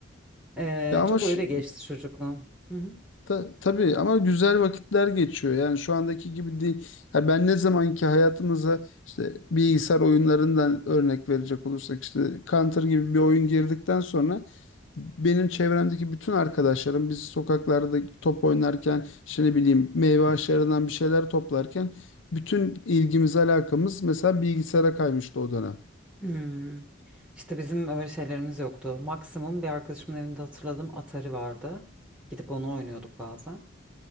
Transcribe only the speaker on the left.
Ya ama
şu-
Ta- tabii ama güzel vakitler geçiyor. Yani şu andaki gibi değil. Ha, ben ne zamanki hayatımıza işte bilgisayar oyunlarından örnek verecek olursak işte Counter gibi bir oyun girdikten sonra benim çevremdeki bütün arkadaşlarım biz sokaklarda top oynarken işte ne bileyim meyve ağaçlarından bir şeyler toplarken bütün ilgimiz alakamız mesela bilgisayara kaymıştı o dönem.